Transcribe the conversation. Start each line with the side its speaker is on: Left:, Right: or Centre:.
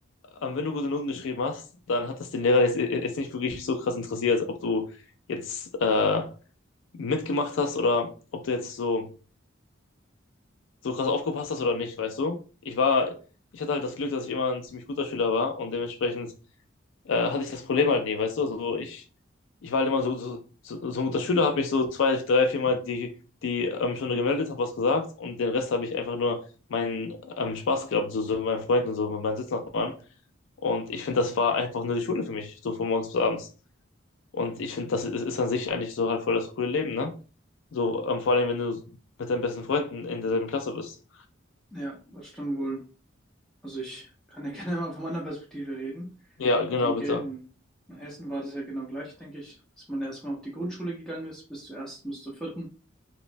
Left: ähm, wenn du gute Noten geschrieben hast, dann hat das den Lehrer jetzt, äh, jetzt nicht wirklich so krass interessiert, ob du jetzt äh, mitgemacht hast oder ob du jetzt so, so krass aufgepasst hast oder nicht, weißt du? Ich war, ich hatte halt das Glück, dass ich immer ein ziemlich guter Schüler war und dementsprechend äh, hatte ich das Problem halt nie, weißt du? Also ich, ich war halt immer so, so, so, so ein guter Schüler, habe mich so zwei, drei, viermal die, die ähm, Stunde gemeldet, habe was gesagt und den Rest habe ich einfach nur meinen ähm, Spaß gehabt, so, so mit meinen Freunden und so, mit meinen Sitznachbarn. Und ich finde, das war einfach nur die Schule für mich, so von morgens bis abends. Und ich finde, das ist, ist an sich eigentlich so halt voll das frühe Leben, ne? So, ähm, vor allem, wenn du mit deinen besten Freunden in derselben Klasse bist.
Centre: Ja, das stimmt wohl. Also ich kann ja <laughs> gerne mal von meiner Perspektive reden.
Left: Ja, genau,
Centre: Ich denke,
Left: bitte.
Centre: in, in Hessen war das ja genau gleich, denke ich, dass man erstmal auf die Grundschule gegangen ist, bis zur ersten, bis zur vierten.